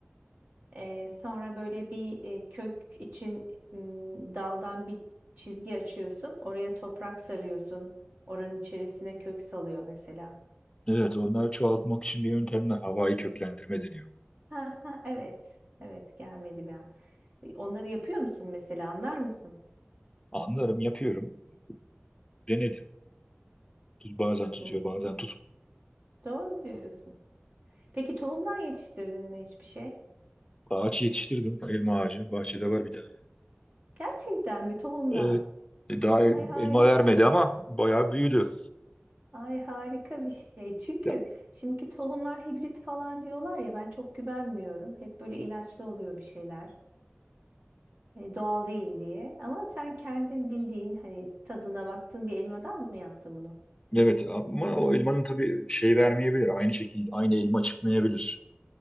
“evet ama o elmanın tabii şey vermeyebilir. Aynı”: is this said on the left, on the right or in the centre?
Left